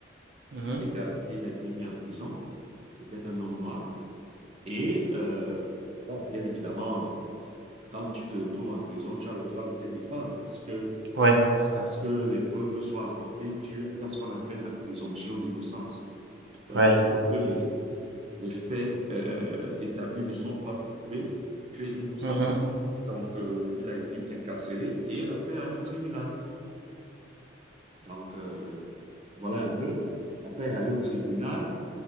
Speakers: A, on the right; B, on the right.
A: Mhm.
B: Il a été arrêté. Il a été mis en prison. C'était un homme noir. Et, euh, bon, bien évidemment, quand tu te retrouves en prison, tu as le droit de te défendre parce que
A: Ouais,
B: jusqu'à ce que les preuves soient apportées, tu, il y a ce qu'on appelle la présomption d'innocence. Donc,
A: ouais.
B: tant que les, les faits euh, établis ne sont pas prouvés, tu es innocent.
A: Mhm.
B: Donc, euh, il a été incarcéré et l'affaire est allée au tribunal. Donc, euh, voilà un peu. L'affaire est allée au tribunal